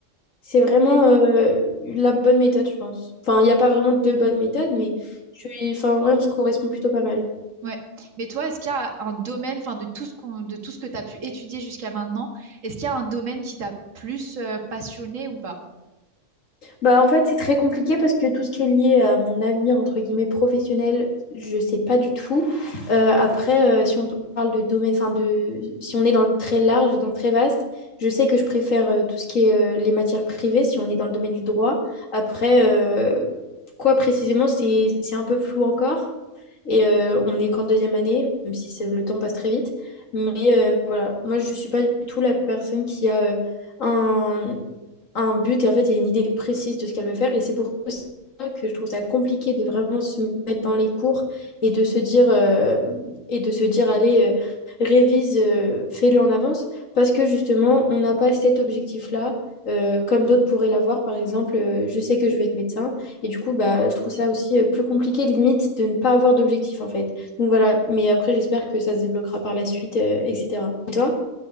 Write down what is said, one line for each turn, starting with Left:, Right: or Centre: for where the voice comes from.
Left: C'est vraiment euh, la bonne méthode, je pense. Enfin, il n'y a pas vraiment de bonne méthode, mais
Right: Mm.
Left: je suis... enfin, ouais, on se correspond plutôt pas mal.
Right: Ouais. Mais toi, est-ce qu'il y a un domaine, enfin de tout ce qu'on, de tout ce que tu as pu étudier jusqu'à maintenant, est-ce qu'il y a un domaine qui t'a plus euh, passionné ou pas?
Left: Bah, en fait, c'est très compliqué parce que tout ce qui est lié à mon avenir, entre guillemets, professionnel, je sais pas du tout. Euh, après, euh, si on parle de domaine, enfin, de... si on est dans le très large et dans le très vaste, je sais que je préfère euh, tout ce qui est euh, les matières privées, si on est dans le domaine du droit. Après, euh, quoi précisément, c'est c'est un peu flou encore. Et euh, on n'est qu'en deuxième année, même si c'est- le temps passe très vite. Mais euh, voilà, moi, je ne suis pas du tout la personne qui a euh, un, un but et en fait, il y a une idée précise de ce qu'elle veut faire. Et c'est pour ça que je trouve ça compliqué de vraiment se mettre dans les cours et de se dire, euh, et de se dire, allez, euh, révise, euh, fais-le en avance. Parce que justement, on n'a pas cet objectif-là, euh, comme d'autres pourraient l'avoir. Par exemple, euh, je sais que je vais être médecin. Et du coup, bah, je trouve ça aussi euh, plus compliqué, limite, de ne pas avoir d'objectif, en fait. Donc voilà, mais après, j'espère que ça se débloquera par la suite, euh, etc. Et toi?